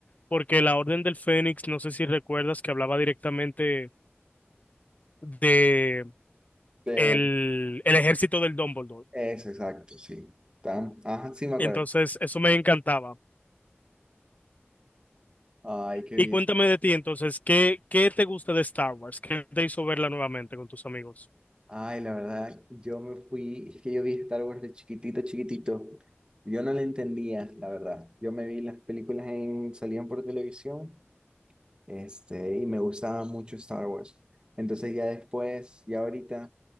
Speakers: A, on the left; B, on the right.
A: porque la Orden del Fénix, no sé si recuerdas que hablaba directamente de
B: de-
A: el, el ejército del Dumbledore.
B: Eso, exacto, sí. Tam- Ajá, sí me acuerdo.
A: Entonces, eso me encantaba.
B: Ay, qué
A: Y
B: bien.
A: cuéntame de ti, entonces, ¿qué, qué te gusta de Star Wars? ¿Qué te hizo verla nuevamente con tus amigos?
B: Ay, la verdad, yo me fui, es que yo vi Star Wars de chiquitito, chiquitito. Yo no le entendía, la verdad. Yo me vi las películas en, salían por televisión, este, y me gustaba mucho Star Wars. Entonces ya después, ya ahorita,